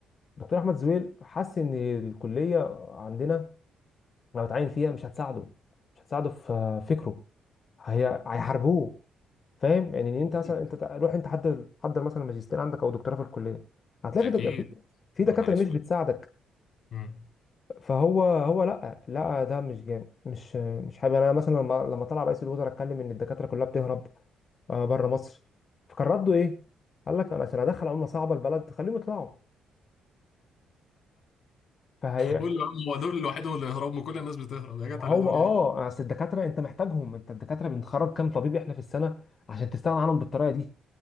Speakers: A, on the left; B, on the left.
A: دكتور احمد زويل حس ان الكليه عندنا لو اتعين فيها مش هتساعده مش هتساعده في فكره هي هيحاربوه فاهم يعني ان
B: اكيد
A: انت مثلا انت تع- روح انت حضر حضر مثلا ماجستير عندك او دكتوراه في الكليه هتلاقي
B: اكيد
A: في دك... في دكاتره
B: يا نهار اسود
A: مش بتساعدك
B: مم.
A: فهو هو لا لا ده مش جامد مش مش حابب انا مثلا لما لما طلع رئيس الوزراء اتكلم ان الدكاتره كلها بتهرب بره مصر فكان رده ايه؟ قال لك انا عشان ادخل عمله صعبه البلد خليهم يطلعوا فهي
B: قول له يا عم هو دول لوحدهم اللي يهربوا كل الناس بتهرب يا جت
A: ما
B: على
A: هو
B: دول
A: اه
B: يعني
A: اصل الدكاتره انت محتاجهم انت الدكاتره بنخرج كام طبيب احنا في السنه عشان تستغنى عنهم بالطريقه دي